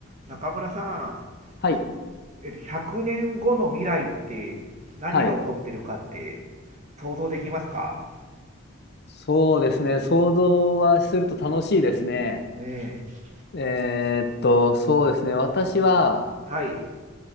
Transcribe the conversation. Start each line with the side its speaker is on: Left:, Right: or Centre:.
Right: 中村さん、
Left: はい。
Right: えっと100年後の未来って何が起こってるかって
Left: はい。
Right: 想像できますか
Left: そうですね。想像はすると楽しいですね。
Right: ねえ。
Left: えーっと、そうですね。私は
Right: はい。